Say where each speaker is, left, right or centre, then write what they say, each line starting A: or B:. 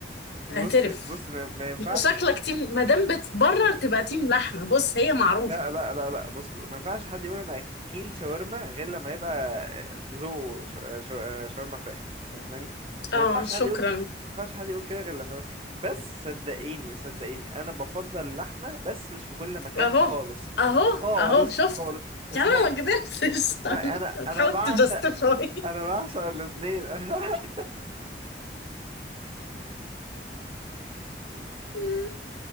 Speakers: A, on the right; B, on the left.
A: بص
B: اعترف
A: بص ما ما ينفعش
B: انت شكلك تيم ما دام بتبرر تبقى تيم لحمة بص هي معروفة
A: لا لا لا لا بص ما ينفعش حد يقول انا اكيل شاورما غير لما يبقى ذوقه شا- شا- شاورما فراخ فاهماني
B: اه
A: ما ينفعش
B: شكرا
A: حد يقول ما ينفعش حد يقول كده غير لما يبقى- بس صدقيني صدقيني انا بفضل اللحمه بس مش في كل مكان
B: اهو
A: خالص
B: اهو
A: خالص
B: اهو شفت
A: خالص اسمعي
B: يا عم أنا ما قدرتش
A: اسمعي
B: <laughs>
A: انا
B: بتحاول
A: انا بعشق
B: تجستيفاي
A: انا بعشق الاثنين <laughs>
B: <laughs>